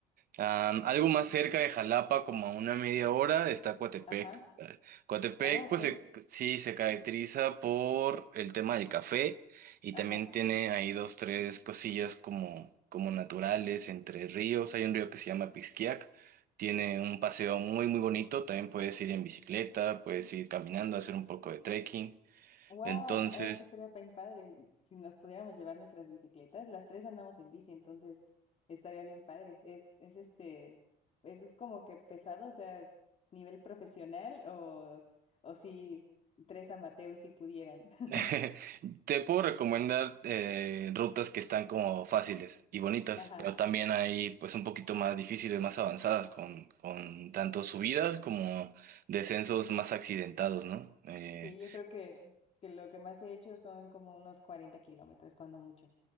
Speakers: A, on the right; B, on the left.
A: Am, algo
B: ujú.
A: más cerca de Jalapa, como a una media hora, está Coatepec.
B: ajá,
A: Eh, Coatepec,
B: oh, ok,
A: pues se- sí, se caracteriza por el tema del café y
B: ajá.
A: también tiene ahí dos, tres cosillas como, como naturales entre ríos. Hay un río que se llama Pisquiac, tiene un paseo muy, muy bonito. También puedes ir en bicicleta, puedes ir caminando, hacer un poco de trekking.
B: Wow,
A: Entonces,
B: eso estaría bien padre. Si nos pudiéramos llevar nuestras bicicletas, las tres andamos en bici, entonces estaría bien padre. Es, es este, es como que pesado, o sea, nivel profesional o, o si tres amateurs si pudieran. <laughs>
A: <laughs> Te puedo recomendar eh, rutas que están como fáciles y bonitas,
B: Ajá.
A: pero también hay pues un poquito más difíciles, más avanzadas, con, con tanto subidas como descensos más accidentados, ¿no? Eh,
B: Sí, yo creo que, que lo que más he hecho son como unos 40 kilómetros, cuando mucho.